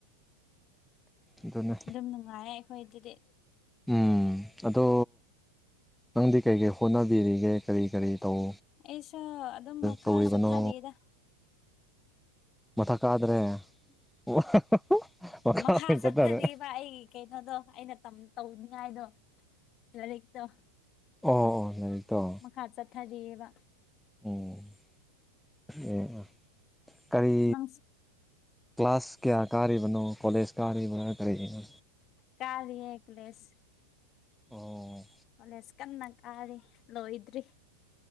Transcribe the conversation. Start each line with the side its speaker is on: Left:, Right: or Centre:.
Centre: ꯑꯗꯨꯅꯦ
Left: ꯗꯨꯝ ꯅꯨꯡꯉꯥꯏꯌꯦ ꯑꯈꯣꯏꯒꯤꯗꯤ
Centre: ꯎꯝ ꯑꯗꯣ ꯅꯪꯗꯤ ꯀꯩꯀꯩ ꯍꯣꯠꯅꯕꯤꯔꯤꯒꯦ ꯀꯔꯤ ꯀꯔꯤ ꯇꯧ
Left: ꯑꯩꯁꯨ ꯑꯗꯨꯝ ꯃꯈꯥ
Centre: ꯇꯧꯔꯤꯕꯅꯣ
Left: ꯆꯠꯊꯔꯤꯗ
Centre: ꯃꯊꯛ ꯀꯥꯗ꯭ꯔꯦ <unintelligible>
Left: ꯃꯈꯥ
Centre: ꯑꯣꯏꯅ
Left: ꯆꯠꯊꯔꯤꯕ
Centre: ꯆꯠꯊꯔꯦ
Left: ꯑꯩ ꯀꯩꯅꯣꯗꯣ ꯑꯩꯅ ꯇꯝ‌ ꯇꯧꯅꯤꯡꯉꯥꯏꯗꯣ ꯂꯥꯏꯔꯤꯛꯇꯣ
Centre: ꯑꯣ ꯂꯥꯏꯔꯤꯛꯇꫭ
Left: ꯃꯈꯥ ꯆꯠꯊꯔꯤꯑꯕ
Centre: ꯑꯣ ꯀꯔꯤ
Left: ꯅꯪ
Centre: ꯀ꯭ꯂꯥꯁ ꯀꯌꯥ ꯀꯥꯔꯤꯕꯅꯣ ꯀꯣꯂꯦꯖ ꯀꯥꯔꯤꯕꯔꯥ ꯀꯔꯤꯅꯣ
Left: ꯀꯥꯔꯤꯌꯦ ꯀꯨꯂꯦꯁ
Centre: ꯑꯣ
Left: ꯀꯣꯂꯦꯁ ꯀꯟꯅ ꯀꯥꯔꯤ ꯂꯣꯏꯗ꯭ꯔꯤ